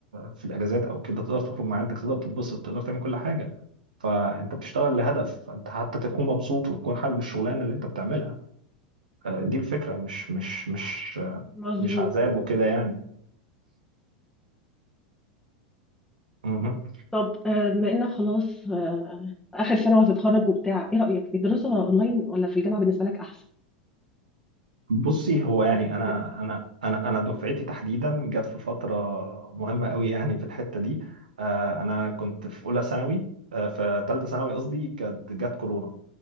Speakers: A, on the right (about 75°); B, in the centre.
A: في الاجازات او كده تقدر تخرج مع عيلتك تقدر تتبسط تقدر تعمل كل حاجه فانت بتشتغل لهدف فانت حتى تكون مبسوط وتكون حابب الشغلانه اللي انت بتعملها آه، دي الفكره مش مش مش آه،
B: مظبوط
A: مش عذاب وكده يعني مهم.
B: طب آه، بما انك خلاص آه، اخر سنه وهتتخرج وبتاع ايه رايك الدراسه اونلاين ولا في الجامعه بالنسبه لك احسن
A: بصي هو يعني
B: لك
A: انا انا انا انا دفعتي تحديدا جت في فتره مهمه قوي يعني في الحته دي آه، انا كنت في اولى ثانوي آه، في ثالثه ثانوي قصدي كانت جت كورونا